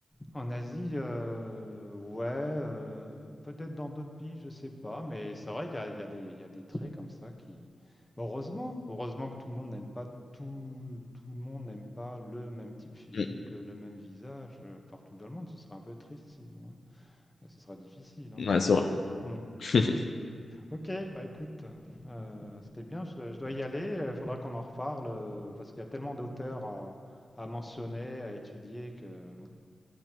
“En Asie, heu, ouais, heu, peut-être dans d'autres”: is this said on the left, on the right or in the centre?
Left